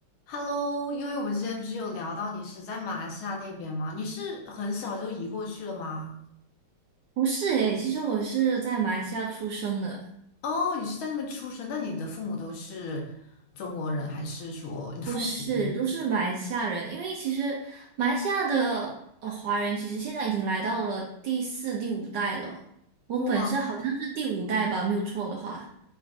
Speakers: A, on the left; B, on the right.
A: Hello，因为我们之前不是有聊到你是在马来西亚那边吗？你是很小就移过去了吗？
B: 不是诶，其实我是在马来西亚出生的，
A: 哦，你是在那边出生，那你的父母都是中国人，还是说你的父母？
B: 不是，都是马来西亚人。因为其实马来西亚的呃华人，其实现在已经来到了第四、第五代了。我本身好像是第五代吧，
A: 哇，
B: 没有错的话，